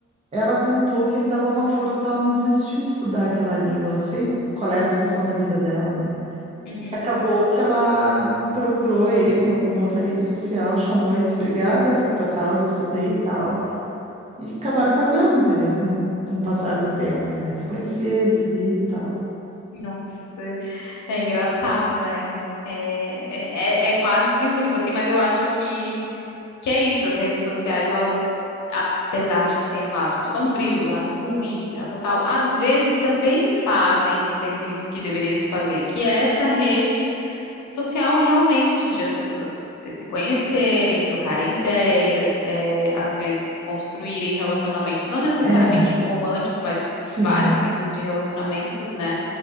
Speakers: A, on the right; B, on the left.
A: ela contou que ele dava uma força para ela não desistir de estudar aquela língua. Não sei qual era a situação da vida dela, né?
B: Uhum.
A: Acabou que ela procurou ele em alguma outra rede social, chamou ele, disse, obrigada por tua causa, estudei e tal. E acabaram casando, entendeu? Com, com o passar do tempo, né? Se conheceram, se viram e tal.
B: Nossa, é engraçado, né? É, é, é é quase único, assim, mas eu acho que Que é isso, as redes sociais, elas, apesar de que tem um lado sombrio, um lado ruim, tal, tal, tal, às vezes também fazem o serviço que deveria se fazer, que é essa rede social realmente, de as pessoas eh, se conhecerem, trocarem ideias, eh, às vezes construírem relacionamentos, não necessariamente
A: É, é,
B: o romântico, mas
A: sim.
B: vários tipos de relacionamentos, né?